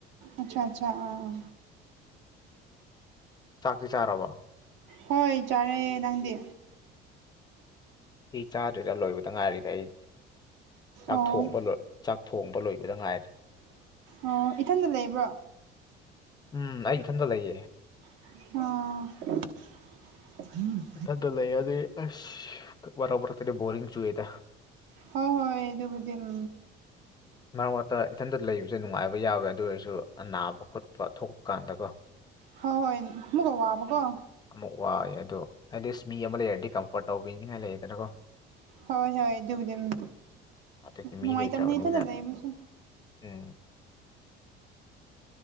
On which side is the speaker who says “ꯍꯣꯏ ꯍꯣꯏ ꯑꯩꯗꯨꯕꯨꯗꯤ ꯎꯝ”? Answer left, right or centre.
Right